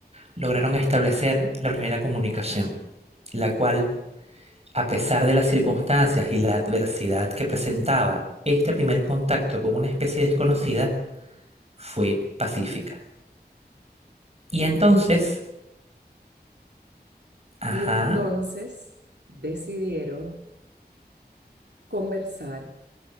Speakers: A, on the right; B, on the right.
A: lograron establecer la primera comunicación, la cual, a pesar de las circunstancias y la adversidad que presentaba este primer contacto con una especie desconocida, fue pacífica. Y entonces, ajá,
B: Y entonces decidieron conversar